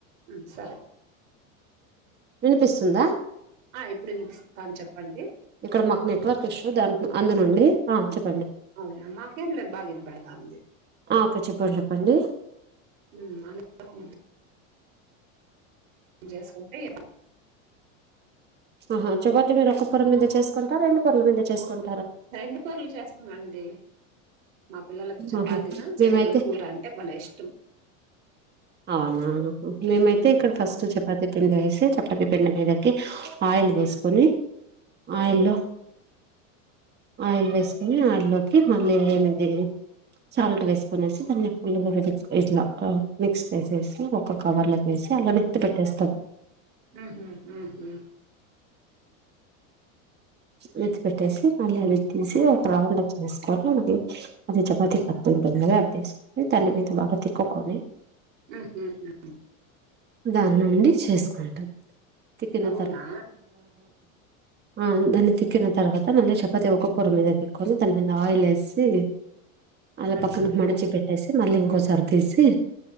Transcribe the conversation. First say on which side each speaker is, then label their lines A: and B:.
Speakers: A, on the right; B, on the right.
A: ఉమ్ సరే
B: వినిపిస్తుందా
A: ఆ ఇప్పుడు వినిపిస్తాను చెప్పండి
B: ఇక్కడ మాకు నెట్వర్క్ ఇష్యూ దాని అందునుండి ఆ చెప్
A: అవునా మాకేం లేదు బాగినపడతా ఉంది
B: ఆ ఓకే చెప్పండి చెప్పండి
A: ఉమ్ <inaudible> జేస్కుంటే <inaudible>
B: ఆహా చెపాత్ తి మీరు ఓక్క పొరం మీద చేసుకుంటా రెండు పొరల మింద చేసుకున్
A: రెండు పొర్లు చేస్తామండి మా పిల్లలకు చపాతిను
B: ఆహా
A: చనగల
B: మేమైతే
A: కూర అంటే బలే ఇష్టం
B: అవునా మేమైతే
A: ఉమ్
B: ఇక్కడ ఫస్ట్ చెపాతి పిండె వేసి చపాతి పిండే మీదకి ఆయిల్ వేసుకొని
A: ఉమ్
B: ఆయిల్లో ఆయిల్ వేసుకొని ఆయిల్ లోకి మళ్ళీ ఏమిది సాల్ట్ వేసుకొనేసి దాన్ని ఫుల్ గా ఇట్లా మిక్స్ చే చెసి ఒక కవర్ లోకి ఏసి అలానే వొత్తి పెట్టేస్తాం
A: ఉహు హుహు
B: <unintelligible> ట్టేసి మళ్లీ అవి ఎత్తేసి ఒక రౌండ్ వొ వేసుకొని అది అది చపాతి కత్తి ఉంటుంది కదా అది తీసుకొని దాని మీద బాగా తిక్కుకొని
A: ఉహు హుమ్
B: దాని నుండి చేసుకుంటాం తిక్కిన
A: అవునా
B: ఆన్ దాన్ని తిక్కిన తర్వాత మళ్ళీ చపాతి ఒక పొర మీద తిక్కొని దాని మీద ఆయిల్ ఏసి అలా
A: ఉహు
B: పక్కన మడిచి పెట్ పెట్టేసి మళ్ళీ ఇంకోసారి తీసి